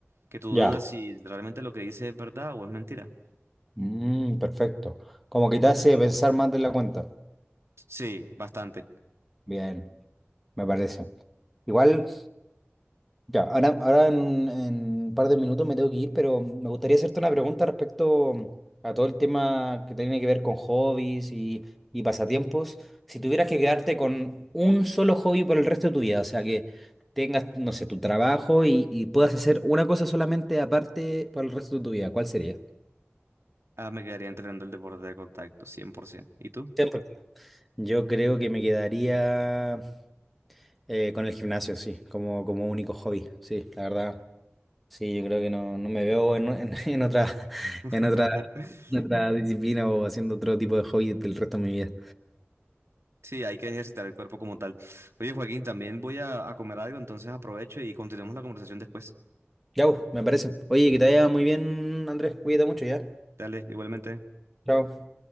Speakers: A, on the right; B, in the centre.
A: que tú dudas
B: ya.
A: si realmente lo que dice es verdad o es mentira.
B: Mm, perfecto. Como que te hace pensar más de la cuenta.
A: Sí, bastante.
B: Bien, me parece. Igual, ya, ahora, ahora en, en un par de minutos me tengo que ir, pero me gustaría hacerte una pregunta respecto a todo el tema que tiene que ver con hobbies y, y pasatiempos. Si tuvieras que quedarte con un solo hobby por el resto de tu vida, o sea, que tengas, no sé, tu trabajo y, y puedas hacer una cosa solamente aparte por el resto de tu vida, ¿cuál sería?
A: Ah, me quedaría entrenando el deporte de contacto, 100%. ¿Y tú?
B: Siempre. Yo creo que me quedaría. Eh, con el gimnasio, sí, como, como único hobby, sí, la verdad. Sí, yo creo que no, no me veo en, en- <laughs> en otra,
A: <laughs>
B: en otra, en otra disciplina o haciendo otro tipo de hobby del resto de mi vida.
A: Sí, hay que ejercitar el cuerpo como tal. Oye, Joaquín, también voy a, a comer algo, entonces aprovecho y continuamos la conversación después.
B: Ya, pues, me parece. Oye, que te vaya muy bien, Andrés, cuídate mucho ya.
A: Dale, igualmente.
B: Chao.